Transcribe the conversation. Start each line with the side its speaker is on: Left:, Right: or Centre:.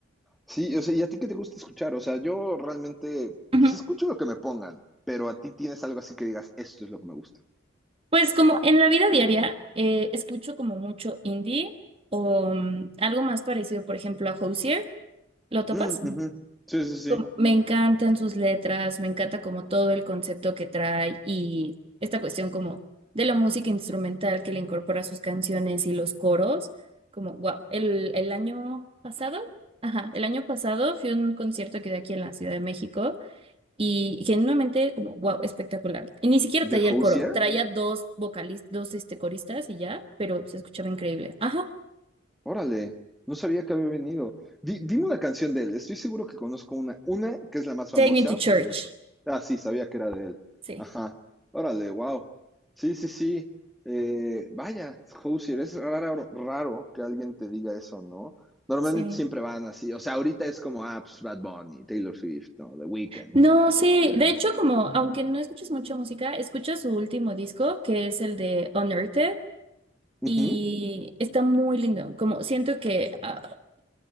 Centre: Sí, o sea, ¿y a ti qué te gusta escuchar? O sea, yo realmente,
Right: Ujú.
Centre: pues escucho lo que me pongan, pero a ti tienes algo así que digas, esto es lo que me gusta.
Right: Pues como en la vida diaria eh, escucho como mucho indie o mm, algo más parecido, por ejemplo, a Hozier. ¿Lo topas?
Centre: Mm, ujú. Sí, sí, sí.
Right: como- me encantan sus letras, me encanta como todo el concepto que trae y esta cuestión como de la música instrumental que le incorpora a sus canciones y los coros, como wow, el, el año pasado, ajá, el año pasado fui a un concierto que dio aquí en la Ciudad de México y genuinamente como wow, espectacular. Y ni siquiera
Centre: ¿De
Right: traía el
Centre: Hozier?
Right: coro, traía dos vocalistas, dos este, coristas y ya, pero se escuchaba increíble. Ajá,
Centre: Órale, no sabía que había venido. Di- dime una canción de él, estoy seguro que conozco una, una que es la más famosa
Right: Take Me to Church.
Centre: porque me suena. Ah, sí, sabía que era de él.
Right: Sí.
Centre: Ajá, órale, wow. Sí, sí, sí. Eh, vaya, Hozier, es raro, raro que alguien te diga eso, ¿no? Normalmente
Right: Sí.
Centre: siempre van así, o sea, ahorita es como, ah, pues, Bad Bunny, Taylor Swift, ¿no? The Weeknd.
Right: No, sí,
Centre: Eh,
Right: de hecho, como aunque no escuches mucha música, escuchas su último disco, que es el de Unearthed,
Centre: ujú,
Right: y está muy lindo. Como siento que ah,